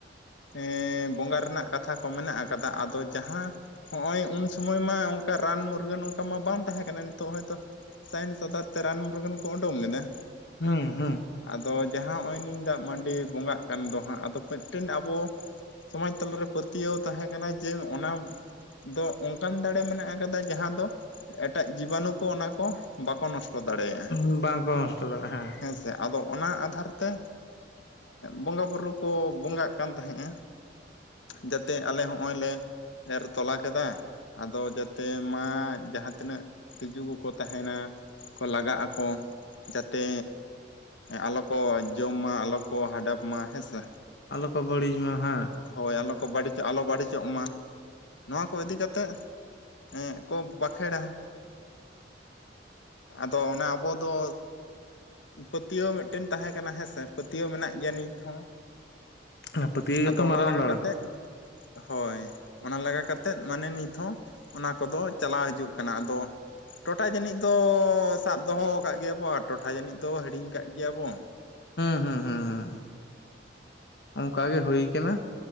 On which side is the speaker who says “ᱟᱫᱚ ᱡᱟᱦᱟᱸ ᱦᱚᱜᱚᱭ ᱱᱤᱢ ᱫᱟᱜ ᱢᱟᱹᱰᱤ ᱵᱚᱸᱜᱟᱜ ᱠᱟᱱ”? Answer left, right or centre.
Left